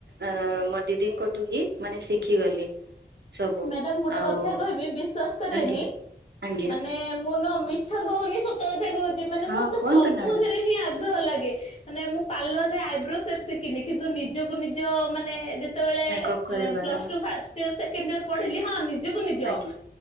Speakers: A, on the right; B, on the left.
A: ଅଁ ମୋ ଦିଦିଙ୍କଠୁ ହିଁ ମାନେ ଶିଖିଗଲି। ସବୁ
B: ମ୍ୟାଡାମ ଗୋଟେ
A: ଆଉ
B: କଥା କହିବି ବିଶ୍ଵାସ କରିବେନି
A: ଆଜ୍ଞା ଆଜ୍ଞା
B: ମାନେ ମୁଁ ନୁହଁ ମି ଛ କହୁନି ସତ କଥା କହୁଚି ମାନେ
A: ହଁ
B: ମତେ
A: କୁହନ୍ତୁ
B: ସବୁଥିରେ
A: ନା ମ୍ୟାଡ଼ାମ
B: ହିଁ ଆଗ୍ରହ ଲାଗେ। ମାନେ ମୁଁ ପାର୍ଲର ରେ ଆଇବ୍ରୋ ସେପ୍ ଶିଖିନି କିନ୍ତୁ ନିଜକୁ ନିଜ ମାନେ ଯେ ସେତେବେଳେ
A: ମେକଅପ୍ କରିବାର
B: ଅଁ plus two first year second year ପଢିଲି ହଁ ନି ନିଜକୁ ନିଜ
A: ଆଜ୍ଞା